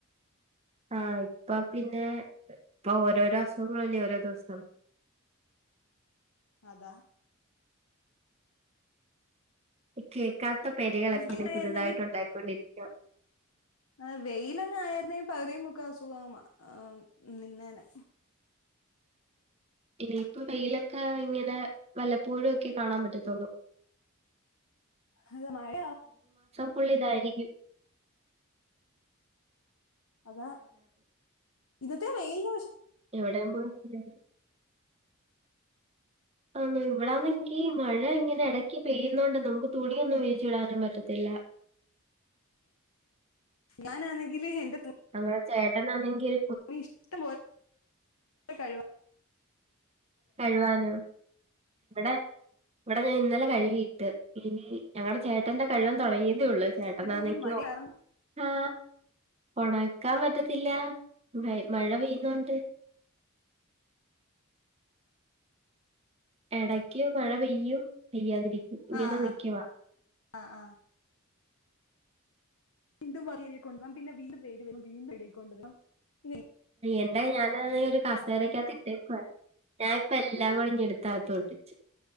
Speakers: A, on the right; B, on the left.
A: ആഹ് ഇപ്പൊ പിന്നെ ഇപ്പൊ ഓരോസങ്ങളല്ലേ ഓരോ ദിവസം
B: അതാ
A: എക്കെക്ക പക്കാത്ത പരകളൊക്കെ
B: മഴയായിരുന്നെങ്കി
A: ഇനി പുതിയതായിട്ട ഉണ്ടായിക്കൊണ്ടിരിക്കും ച
B: ആ വെയിലങ്ങ ആയിരുന്നേ പകുതിയും മുക്ക അസുഖമ ആ നിന്നേനെ
A: ഇനിയിപ്പോ വെയിലൊക്കെ ഇങ്ങനെ വല്ലപ്പോഴും ഒക്കെ കാണാൻ പറ്റത്തോുള്ളൂ
B: അത മഴ
A: ഫുൾ ഇതായിരിക്കും.
B: അതാ ഇത്ത്തെ വെയിം
A: എവിടെ പോയിട്ടില്ല ആണോ ഇവടാനെങ്കിൽ മഴ ഇങ്ങനെ ഇടക്കി പെയ്യുന്നോണ്ട് നമുക്ക് തുണിയൊന്നും വിരിച്ചിടാനും പറ്റത്തില്ല
B: ഞാനാണെങ്കില് എൻ്റെ
A: ഇവിടെ ചേട്ടനാണെങ്കിൽ
B: ഇഷ്ടംപോലെ കഴിവ
A: കഴിവാനും ഇവിടെ ഇവിടെ ഞാൻ ഇന്നലെ കഴിവിയിട്ട് ഇനി ഞങ്ങടെ ചേട്ടന്റെ കഴിവാൻ തുടങ്ങി ഉള്ളൂ ചേട്ടന്നാകി
B: എന്നിട്ട് പോലും മടി
A: ഓ
B: കാരണം
A: ആ ഓണക്കാൻ പറ്റത്തില്ല മഴ പെയ്യുന്നോണ്ട് ഇടയ്ക്ക് മഴ പെയ്യും പെയ്യാതിരിക്കും ഇങ്ങനെ
B: ആ
A: നിക്കുവാ
B: ആ ആ ആ വീണ്ടും വർക്കേരിയ കൊണ്ടുവണം പിന്നെ വീണ്ടും വെയില് വരും വീണ്ടും കഴിക്കൊണ്ടാരം പിന്നെ
A: എന്റെ ഞാൻ ഒരു കാസേരക്കാത്ത്
B: എനിക്ക്
A: ഇട്ടേക്കുവ ഞാൻ ഇപ്പ എല്ലാം
B: ഉം,
A: കൂടിഞ്ഞെടുത്താ തോൽപിച്ച്